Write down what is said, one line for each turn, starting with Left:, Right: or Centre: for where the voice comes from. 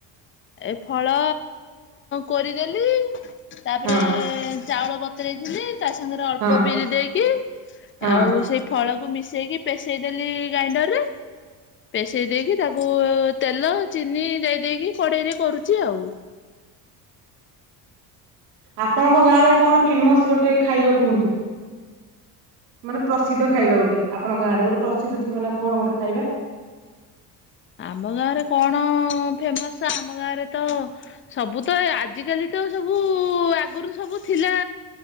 Left: ଏ ଫଳ କୋରିଦେଲି ତାପରେ
Right: ହଁ
Left: ଚାଉଳ ବତୁରେଇ ଥିଲି ତା ସାଙ୍ଗରେ ଅଳ୍ପ
Right: ହଁ
Left: ବିରି ଦେଇକି
Right: ହଁ
Left: ଆଉ ସେଇ ଫଳକୁ ମିଶେଇକି ପେସେଇହଲଦେଲି ଗ୍ରାଇଣ୍ଡର ରେ। ପେଷେଇ ଦେଇକି ତାକୁ ତେଲ ଚିନି ଦେଇ ଦେଇକି କଡେଇରେ କରୁଛି ଆଉ।
Right: ଆପଣଙ୍କ ଗାଁ ରେ କଣ ଫେମସ୍ ଗୋଟେ ଖାଇବା କୁହନ୍ତୁ? ମାନେ ପ୍ରସିଦ୍ଧ ଖାଇବା ଗୋଟେ ଆପଣ ଗାଁରେ ଗୋଟେ ପ୍ରସିଦ୍ଧ ଥିବ ନା କଣ ଗୋଟେ ଖାଇବା?
Left: ଆମ ଗାଁରେ କଣ ଫେମସ ଆମ ଗାଁରେ ତ ସବୁ ତ ଆଜିକାଲି ତ ସବୁ ଆଗରୁ ସବୁ ଥିଲା